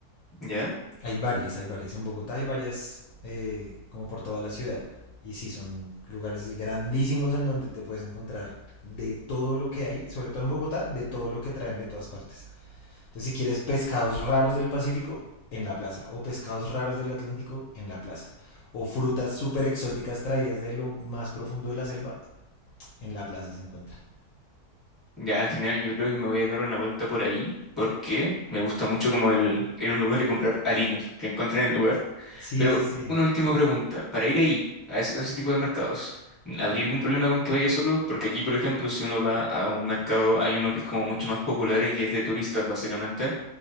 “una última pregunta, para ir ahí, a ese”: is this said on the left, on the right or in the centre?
Centre